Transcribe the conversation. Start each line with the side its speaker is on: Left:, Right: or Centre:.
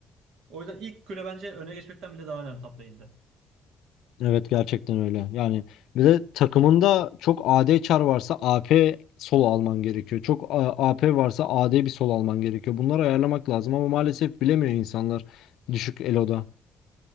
Right: O yüzden ilk kule bence öne geçmekten bile daha önemli top lane'de.
Left: Evet gerçekten öyle. Yani bir de takımında çok AD çar varsa AP solo alman gerekiyor. Çok A- AP varsa AD bir solo alman gerekiyor. Bunları ayarlamak lazım ama maalesef bilemiyor insanlar düşük eloda.